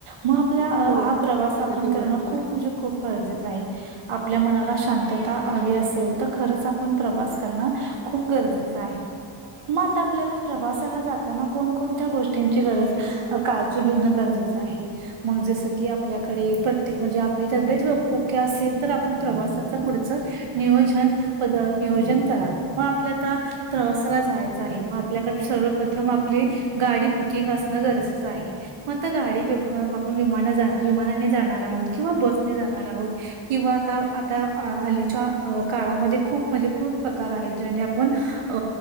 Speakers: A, on the right; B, on the right.
A: म आपला
B: हो
A: हा प्रवास
B: अगदी
A: आपण करणं
B: बरोबर
A: खूप म्हणजे खूप गरजेचं आहे. आपल्या मनाला शांतता हवी असेल तर खरंच आपण प्रवास करणं खूप गरजेचं आहे. म आता आपल्याला प्रवासाला जाताना कोणकोणत्या गोष्टींची गरज काळजी घेणं गरजेचं आहे. मग जसं की आपल्याकडे प्रत्येक म्हणजे आपली तब्येत ओके असेल तर आपण प्रवासाच पुढचं नियोजन पद नियोजन करा मग आपल्या आता प्रवासाला जायचं आहे म आपल्याकडे सर्वप्रथम आपली गाडी बुकिंग असणं गरजेचं आहे म आता गाडी विवा आपण विमान विमानाने जाणार आहोत किंवा बसने जाणार आहोत. किंवा आता आता हल्लीच्या अ काळामध्ये खूप म्हणजे खूप प्रकार आहेत ज्याने आपण अ